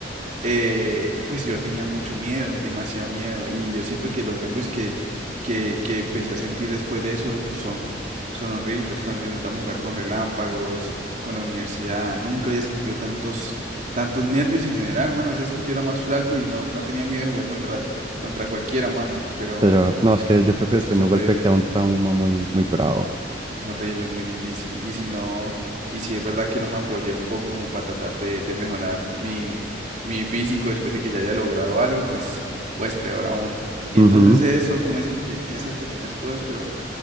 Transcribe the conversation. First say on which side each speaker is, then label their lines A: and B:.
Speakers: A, on the right; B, on the right.
A: eh, pues yo tenía mucho miedo, demasiado miedo, y yo siento que los nervios que, que, que empecé a sentir después de eso son, son horribles. Cuando intentamos jugar con relámpagos, con la universidad, nunca había sentido tantos, tantos nervios en general, mano. O sea, es que yo era más flaco y no, no tenía miedo de jugar contra, contra cualquiera, mano, pero,
B: Pero no, es que yo
A: pero
B: creo que
A: eso
B: después
A: es
B: de
A: horrible.
B: un golpe queda un trauma muy, muy bravo.
A: Es horrible, es muy difícil. Y si no, y si es verdad que no me apoyé un poco como para tratar de, de mejorar mi, mi físico después de que ya había logrado algo, pues, pues peor aún. Y
B: Ujú.
A: entonces eso, como ese peque- esas pequeñas cosas, pero, o